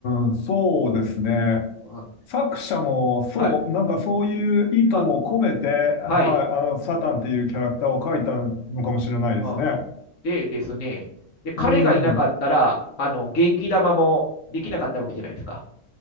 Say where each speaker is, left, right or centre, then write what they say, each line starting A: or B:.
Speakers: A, on the left; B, on the left.
A: ーん、そうですね。
B: うん
A: 作者も、そう、
B: はい。
A: なんかそういう意図も込めて、
B: あ
A: はい、
B: はい、
A: あの、サタンっていうキャラクターを描いたのかもしれないですね。
B: うん。でですね、で、彼がいなかったら、
A: うん。
B: あの、元気玉もできなかったわけじゃないですか。